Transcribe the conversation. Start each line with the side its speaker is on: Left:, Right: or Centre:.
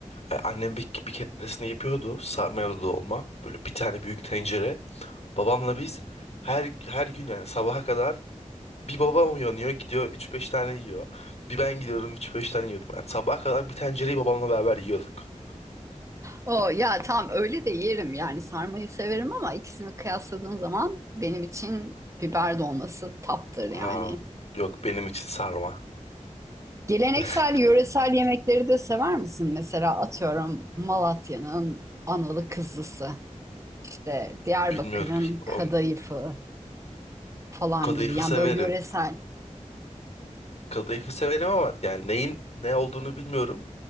Left: E, annem bir, bir keresinde yapıyordu sarmayalı dolma. Böyle bir tane büyük tencere. Babamla biz her her gün yani sabaha kadar bir babam uyanıyor gidiyor üç beş tane yiyor. Bir ben gidiyorum üç beş tane yiyordum. Yani sabaha kadar bir tencereyi babamla beraber yiyorduk.
Right: O ya tam öyle de yerim yani sarmayı severim ama ikisini kıyasladığım zaman benim için biber dolması taptır yani.
Left: Aa, yok benim için sarma.
Right: Geleneksel
Left: <laughs>
Right: yöresel yemekleri de sever misin? Mesela atıyorum Malatya'nın analı kızlısı, işte Diyarbakır'ın
Left: Bilmiyorum. O,
Right: kadayıfı falan
Left: kadayıfı
Right: gibi. Yani
Left: severim.
Right: böyle yöresel.
Left: Kadayıfı severim ama yani neyin ne olduğunu bilmiyorum.